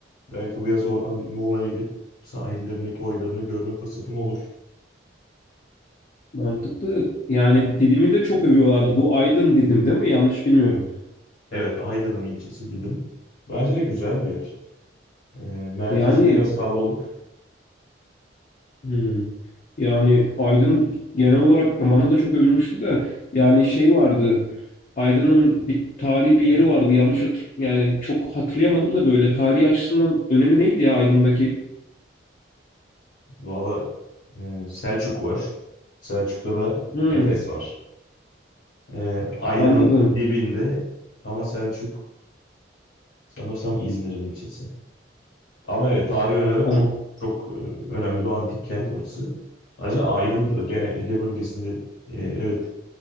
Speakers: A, on the left (about 70°); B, on the left (about 45°).
A: Belki bu yaz oradan bir Muğla'ya gidip sahillerini, koylarını görme fırsatım olur.
B: Mantıklı. Yani Didim'i de çok övüyorlardı. Bu Aydın Didim değil mi? Yanlış bilmiyorum.
A: Evet, Aydın'ın ilçesi Didim. Bence de güzel bir yer. E, merkezi
B: Yani
A: biraz kalabalık.
B: hmm, yani Aydın genel olarak bana da çok övülmüştü de yani şey vardı. Aydın'ın bir tarihi bir yeri vardı. Yanlış hatır yani çok hatırlayamadım da böyle tarihi açısından önemi neydi ya Aydın'daki?
A: Valla e, Selçuk var. Selçuk'ta da
B: Hmm,
A: Efes var. E, Aydın'ın
B: anladım.
A: dibinde ama Selçuk Sanırsam İzmir'in ilçesi. Ama evet tarihi olarak
B: An-
A: çok çok e, önemli bir antik kent orası. Ayrıca Aydın'da da gene Ege bölgesinde e, evet